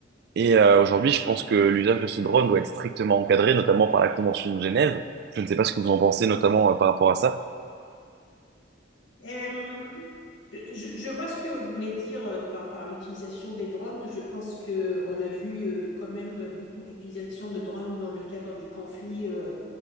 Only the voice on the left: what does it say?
Euh, Je, je vois ce que vous voulez dire euh, par, par l'utilisation des drones. Je pense que on a vu euh, quand même beaucoup d'utilisation de drones dans le cadre du conflit euh,